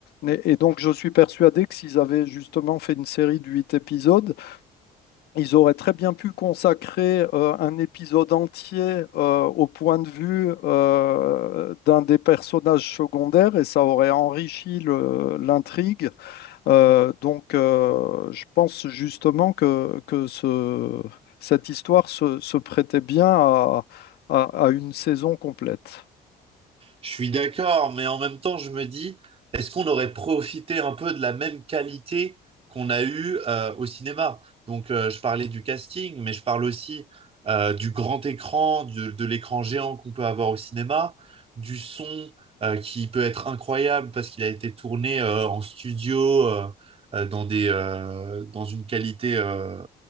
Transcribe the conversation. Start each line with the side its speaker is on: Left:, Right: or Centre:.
Left: Et, et donc, je suis persuadé que s'ils avaient justement fait une série de huit épisodes, ils auraient très bien pu consacrer euh, un épisode entier euh, au point de vue euh, d'un des personnages secondaires et ça aurait enrichi le- l'intrigue euh, donc, euh, je pense justement que, que ce, cette histoire se, se prêtait bien à, à- à une saison complète.
Right: Je suis d'accord, mais en même temps, je me dis, est-ce qu'on aurait profité un peu de la même qualité qu'on a eue euh, au cinéma? Donc, euh, je parlais du casting, mais je parle aussi euh, du grand écran, du- de l'écran géant qu'on peut avoir au cinéma, du son euh, qui peut être incroyable parce qu'il a été tourné euh, en studio, euh, euh, dans des, euh, dans une qualité euh,